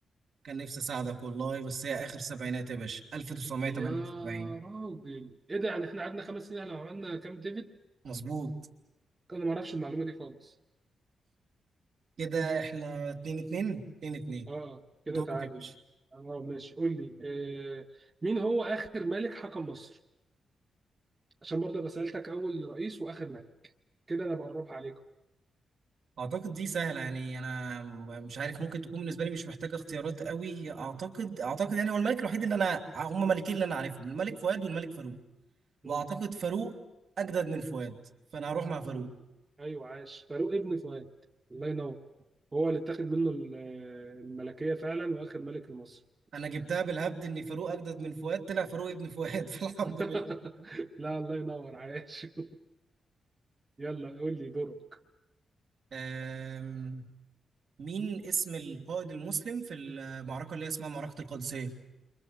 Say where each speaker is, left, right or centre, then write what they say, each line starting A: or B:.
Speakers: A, on the right; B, on the right.
A: كان نفسي أساعدك والله بس هي آخر سبعينات يا باشا 1978
B: يا راجل ايه ده يعني احنا قعدنا خمس سنين لو عملنا كام ديفيد
A: مظبوط
B: انا ما اعرفش المعلومة دي خالص
A: كده إحنا 2 2 2 2
B: اه كده
A: دورك
B: تعادل
A: يا باشا
B: اه ماشي قول لي آه مين هو آخر ملك حكم مصر عشان برضه أنا سألتك أول رئيس وآخر كده انا بقربها عليكم
A: اعتقد دي سهله يعني انا م- مش عارف ممكن تكون بالنسبه لي مش محتاجه اختيارات قوي اعتقد اعتقد يعني هو الملك الوحيد اللي انا هم ملكين اللي انا عارفهم الملك فؤاد والملك فاروق
B: مم.
A: واعتقد فاروق اجدد من فؤاد فانا هروح مع فاروق
B: مم. ايوه عاش فاروق ابن فؤاد الله ينور هو اللي اتاخد منه ال- الملكيه فعلا واخر ملك لمصر
A: انا جبتها بالهبد ان فاروق اجدد من فؤاد طلع فاروق ابن فؤاد <laughs> فالحمد
B: <laughs>
A: لله
B: لا الله ينور عاش <laughs> يلا قول لي دورك
A: أم، مين اسم القائد المسلم في المعركه اللي هي اسمها معركه القادسيه